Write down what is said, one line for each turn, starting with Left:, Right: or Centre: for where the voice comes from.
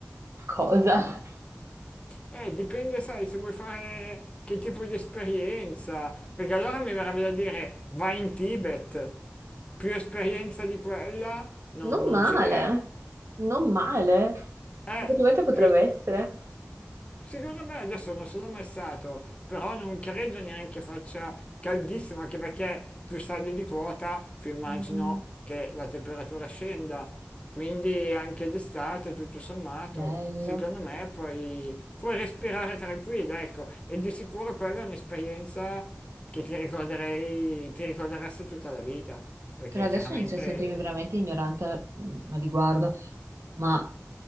Right: cosa?
Left: Eh, dipende, sai, se vuoi fare che tipo di esperienza, perché allora mi verrebbe da dire vai in Tibet, più esperienza di quella non,
Right: Non
Left: non
Right: male,
Left: ce n'è.
Right: non male.
Left: Eh,
Right: Effettivamente potrebbe
Left: più,
Right: essere.
Left: Secondo me adesso non sono mai stato, però non credo neanche faccia caldissimo, anche perché più sali di quota, più immagino
Right: Mm,
Left: che la temperatura scenda. Quindi anche d'estate, tutto sommato,
Right: bello.
Left: secondo me puoi, puoi respirare tranquilla, ecco. E di sicuro quella è un'esperienza che ti ricorderei, ti ricorderesti tutta la vita, perché
Right: Però adesso
Left: chiaramente...
Right: inizio a sentirmi veramente ignorante mm, a riguardo, ma